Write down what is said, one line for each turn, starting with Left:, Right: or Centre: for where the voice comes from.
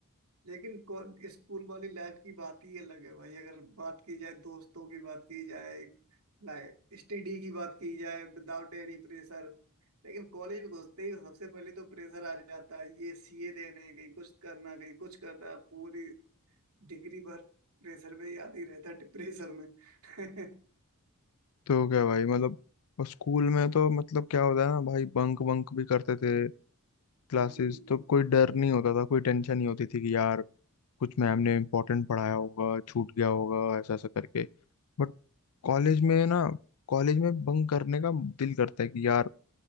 Right: लेकिन को- स्कूल वाली लाइफ की बात ही अलग है भाई अगर बात की जाए दोस्तों की बात की जाए लाइक स्टडी की बात की जाए विदाउट एनी प्रेशर लेकिन कॉलेज में घुसते ही सबसे पहले तो प्रेशर आ जाता है ये सीए देने हैं, कहीं कुछ करना कहीं कुछ करना पूरी डिग्री भर प्रेशर में ही आती रहता है प्रेशर में <laughs>
Left: तो क्या भाई मतलब और स्कूल में तो मतलब क्या होता है ना भाई बंक बंक भी करते थे क्लासेस
Right: हम्म।
Left: तो कोई डर नहीं होता था कोई टेंशन नहीं होती थी कि यार कुछ मैम ने इम्पोर्टेंट पढ़ाया होगा छूट गया होगा ऐसा ऐसा करके बट कॉलेज में ना कॉलेज में बंक करने का दिल करता है कि यार